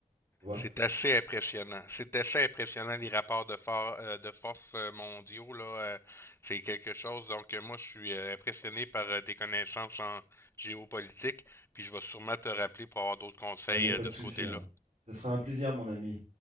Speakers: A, on the right (about 55°); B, on the left (about 20°).
A: tu vois.
B: C'est assez impressionnant. C'est assez impressionnant les rapports de, for- euh, de force euh, mondiaux là. euh, c'est quelque chose. Donc euh, moi je suis euh, impressionné par euh, tes connaissances en géopolitique. Puis je vais sûrement te rappeler pour avoir d'autres conseils
A: Ah, il n'y a pas
B: euh, de
A: de souci,
B: ce côté-là.
A: hein. Ce sera un plaisir, mon ami.